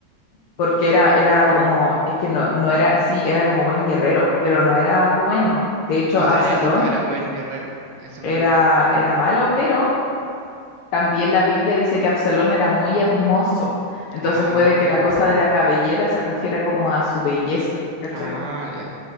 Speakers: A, on the left (about 80°); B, on the right (about 65°).
A: Porque era, era
B: pro.
A: como, es que no, no era, sí, era como buen guerrero, pero no era bueno. De hecho,
B: O sea,
A: Absalón
B: eso, pues era buen guerrero. A eso me
A: era,
B: refiero.
A: era malo, pero también la Biblia dice que Absalón era muy hermoso. Entonces
B: Ah,
A: puede que la cosa de la cabellera se refiera como a su belleza, ¿cachai?
B: ah, ya.